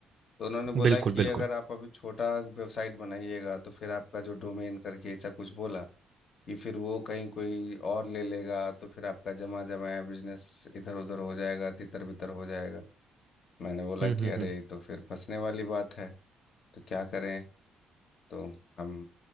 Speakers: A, on the left; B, on the right.
A: तो उन्होंने बोला
B: बिल्कुल,
A: कि
B: बिल्कुल।
A: अगर आप अभी छोटा वेबसाइट बनाइएगा तो फिर आपका जो डोमेन करके ऐसा कुछ बोला कि फिर वो कहीं कोई और ले लेगा तो फिर आपका जमा जमाया बिजनेस इधर उधर हो जाएगा तितर बितर हो जाएगा मैंने बोला
B: हुँ,
A: कि
B: हुँ,
A: अरे
B: हुँ।
A: ये तो फिर फंसने वाली बात है तो क्या करें तो हम